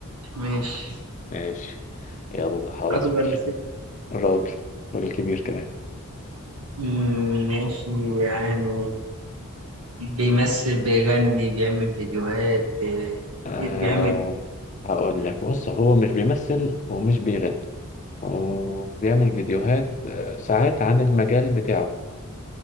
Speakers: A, on the right (about 80°); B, on the left (about 35°).
A: ماشي
B: ماشي يلا خلاص
A: راجل
B: قول
A: ولا ست
B: راجل راجل كبير كمان
A: مم، ماشي يعني بيمثل بيغني بيعمل فيديوهات بي-
B: آه...
A: ايه بيعمل
B: هقول لك بص هو مش بيمثل ومش بيغني وبيعمل فيديوهات آه، ساعات عن المجال بتاعه